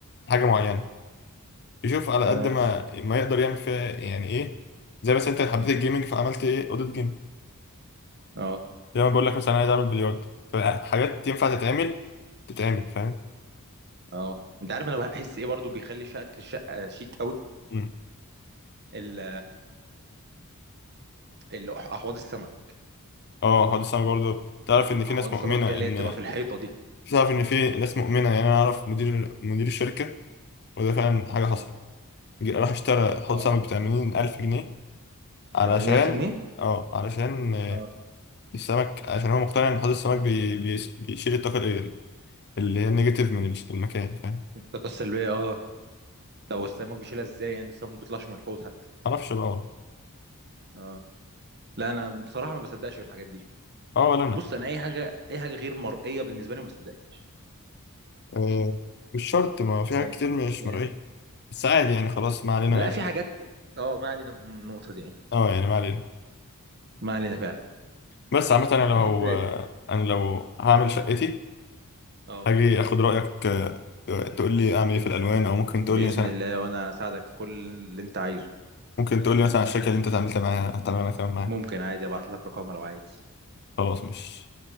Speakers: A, on the left; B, on the right.
A: حاجة معينة يشوف على
B: تمام
A: قد ما ما يقدر يعمل فيها يعني ايه زي مثلا انت حبيت الجيمنج فعملت ايه اوضه جيم
B: أه
A: زي ما بقول لك مثلا عايز اعمل بلياردو فحاجات ينفع تتعمل تتعمل فاهم
B: أه أنت عارف أنا بحس إيه برضو بيخلي شكل الشقة شيك أوي
A: مم.
B: ال... ال- أحواض السمك
A: اه هقعد السنه برضه تعرف ان في
B: أحواض
A: ناس
B: السمك
A: مؤمنه
B: اللي
A: ان
B: هي بتبقى في الحيطة دي
A: تعرف ان في ناس مؤمنه يعني انا اعرف مدير مدير الشركه وده فعلا حاجه حصلت
B: اه
A: جه- راح اشترى حوض
B: اه
A: سمك ب 80000 جنيه علشان
B: 80000 جنيه
A: اه علشان آه،
B: اه
A: السمك عشان هو مقتنع ان حوض السمك بي... بي... بيشيل الطاقه ال- اللي هي النيجاتيف من المكان فاهم
B: الطاقة السلبية اه طب السمك بيشيلها ازاي يعني السمك ما بيطلعش من الحوض حتى
A: معرفش بقى والله.
B: اه لا انا بصراحة ما بصدقش في الحاجات دي
A: اه ولا انا
B: بص انا اي حاجة اي حاجة غير مرئية بالنسبة لي ما بصدقهاش
A: آه، مش شرط ما في حاجات
B: يعني
A: كتير مش
B: يعني
A: مرئية بس عادي يعني خلاص ما علينا
B: لا في حاجات اه ما علينا من النقطة دي يعني
A: اه يعني ما علينا
B: ما علينا فعلا
A: بس عامة انا لو
B: تحب
A: انا لو هعمل شقتي
B: اه
A: هاجي اخد رأيك آه، تقول لي اعمل ايه في الالوان او ممكن تقول
B: بإذن
A: لي مثلا
B: الله وانا اساعدك في كل اللي انت عايزه
A: ممكن تقول لي مثلا على الشركة اللي انت اتعاملت معاها هتعمل انا كمان معاها
B: ممكن عادي ابعت لك رقمها لو عايز
A: خلاص مش